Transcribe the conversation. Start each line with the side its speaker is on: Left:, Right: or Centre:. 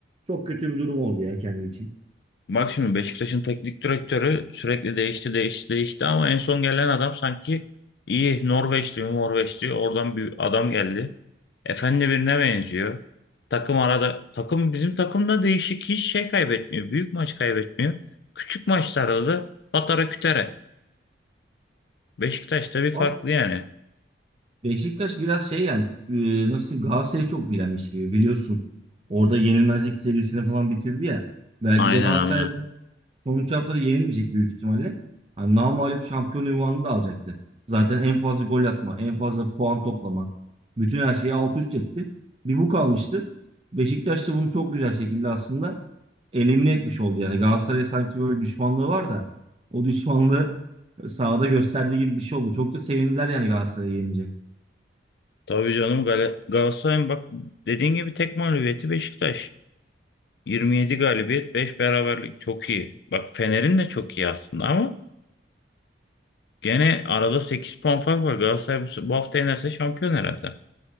Right: Çok kötü bir durum oldu ya kendi için.
Left: Bak şimdi Beşiktaş'ın teknik direktörü sürekli değişti değişti değişti ama en son gelen adam sanki iyi Norveç diyor Norveç diyor oradan bir adam geldi. Efendi birine benziyor. Takım arada takım bizim takımda değişik hiç şey kaybetmiyor. Büyük maç kaybetmiyor. Küçük maçlarda da patara kütere. Beşiktaş'ta bir
Right: Ama
Left: farklı yani.
Right: Beşiktaş biraz şey yani e, nasıl Galatasaray'ı çok bilenmiş gibi biliyorsun. Orada yenilmezlik serisini falan bitirdi ya. Belki
Left: Aynen
Right: de Galatasaray
Left: aynen.
Right: Sonuç haftada yenilmeyecek büyük ihtimalle. Hani namağlup şampiyon ünvanını da alacaktı. Zaten en fazla gol atma, en fazla puan toplama. Bütün her şeyi alt üst etti. Bir bu kalmıştı. Beşiktaş da bunu çok güzel şekilde aslında elimine etmiş oldu. Yani Galatasaray'a sanki böyle düşmanlığı var da o düşmanlığı sahada gösterdiği gibi bir şey oldu. Çok da sevindiler yani Galatasaray'ı yenince.
Left: Tabii canım Gal Galatasaray'ın bak dediğin gibi tek mağlubiyeti Beşiktaş. 27 galibiyet, 5 beraberlik çok iyi. Bak Fener'in de çok iyi aslında ama gene arada 8 puan fark var. Galatasaray bu, bu hafta yenerse şampiyon herhalde.